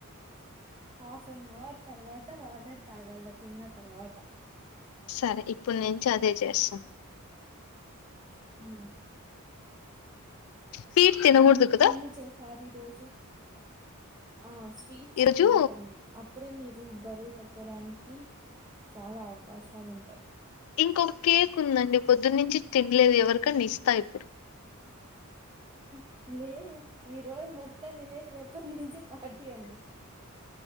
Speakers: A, on the right (about 20°); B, on the left (about 65°).
A: హాఫ్ అన్ అవర్ తర్వాత వాటర్ తాగలా తిన్న తర్వాత
B: సరే ఇప్పుడు నుంచి ఆ అధే చేస్తా
A: ఉమ్
B: స్వీట్ తినకూడదు
A: ఉమ్
B: కదా
A: కేమి చేసారి రోజు ఆ స్వీట్స్
B: ఈరోజు
A: తినకండి అప్పుడే మీరు బరు తగ్గడానికి చాలా అవకాశాలు ఉంటాయి
B: ఇంకొక కేక్ ఉందండి పొద్దునుంచి తినలేదు ఎవరికని ఇస్తా ఇప్పుడు
A: ఉమ్ లే రోజ్ మొత్తం థినేధి రప నుంచి అది అండి